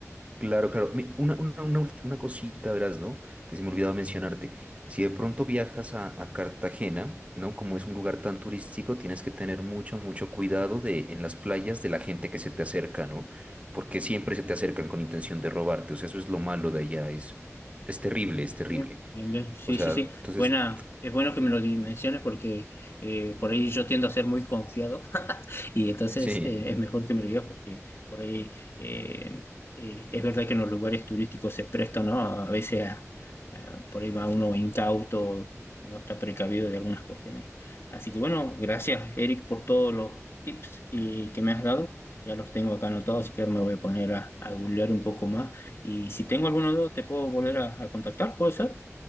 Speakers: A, on the right (about 25°); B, on the left (about 50°).
A: Claro, claro. Mi- Una, una, una, ulti- una cosita, verás, ¿no? Que se me ha olvidado mencionarte. Si de pronto viajas a, a Cartagena, ¿no? Como es un lugar tan turístico, tienes que tener mucho, mucho cuidado de, en las playas de la gente que se te acerca, ¿no? Porque siempre se te acercan con intención de robarte. O sea, eso es lo malo de allá. Es, es terrible, es terrible.
B: Bien, bien, bien. Sí,
A: O sea,
B: sí, sí.
A: entonces,
B: Buena, es bueno que me lo dimensiones porque eh, por ahí yo tiendo a ser muy confiado Y entonces
A: sí,
B: eh, es mejor que me lo digas porque por ahí eh, eh, es verdad que en los lugares turísticos se prestan, ¿no? A veces a- a- por ahí va uno incauto, no está precavido de algunas cuestiones. Así que bueno, gracias Eric por todos los tips y, que me has dado. Ya los tengo acá anotados, así que ahora me voy a poner a, a googlear un poco más. Y si tengo alguna duda, te puedo volver a, a contactar, ¿puede ser?